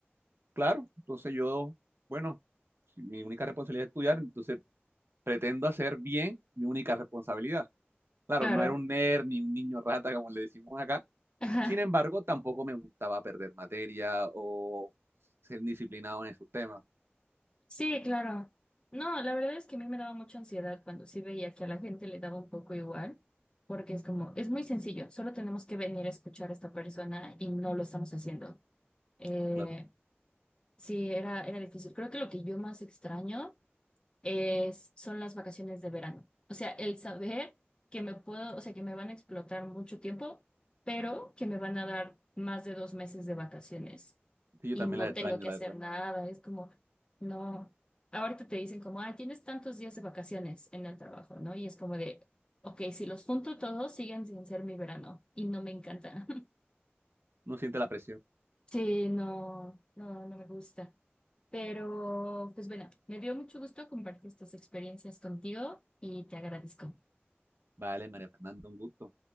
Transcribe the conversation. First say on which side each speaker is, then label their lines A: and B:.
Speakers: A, on the right (about 70°); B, on the left (about 25°).
A: claro, entonces yo, bueno, si mi única responsabilidad es estudiar, entonces pretendo hacer bien mi única responsabilidad. Claro,
B: Claro.
A: no era un nerd ni un niño rata, como le decimos acá.
B: Ajá.
A: Sin embargo, tampoco me gustaba perder materia o ser disciplinado en esos temas.
B: Sí, claro. No, la verdad es que a mí me daba mucha ansiedad cuando sí veía que a la gente le daba un poco igual, porque es como, es muy sencillo, solo tenemos que venir a escuchar a esta persona y no lo estamos haciendo. Eh,
A: Claro,
B: sí, era, era difícil. Creo que lo que yo más extraño es, son las vacaciones de verano. O sea, el saber que me puedo, o sea, que me van a explotar mucho tiempo, pero que me van a dar más de dos meses de vacaciones
A: sí, yo
B: y
A: también
B: no
A: las extraño,
B: tengo que
A: la
B: hacer
A: verdad.
B: nada. Es como, no. Ahorita te dicen como, ah, tienes tantos días de vacaciones en el trabajo, ¿no? Y es como de, ok, si los junto todos, siguen sin ser mi verano y no me encanta.
A: No siente la presión.
B: Sí, no, no, no me gusta. Pero, pues bueno, me dio mucho gusto compartir estas experiencias contigo y te agradezco.
A: Vale, María Fernanda, un gusto.